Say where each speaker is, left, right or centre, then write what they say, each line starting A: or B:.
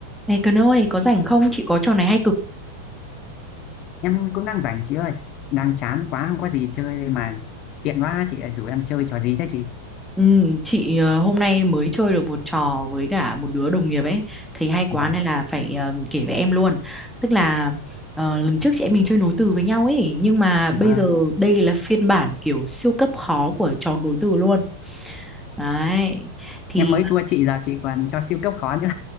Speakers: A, in the centre; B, on the left (about 40°).
A: Này Cần ơi, có rảnh không? Chị có trò này hay cực.
B: em cũng đang rảnh chị ơi đang chán quá không có gì chơi đây mà tiện quá chị lại rủ em chơi trò gì thế chị
A: Ừ, chị ờ, hôm nay mới chơi được một trò với cả một đứa đồng nghiệp ấy. Thấy hay quá
B: vâng
A: nên là phải ờ, kể với em luôn. Tức là ờ, lần trước chị em mình chơi nối từ với nhau ấy. Nhưng mà bây
B: vâng
A: giờ đây là phiên bản kiểu siêu cấp khó của trò nối từ luôn. Đấy. Thì
B: em mới thua chị giờ chị còn cho siêu cấp khó nữa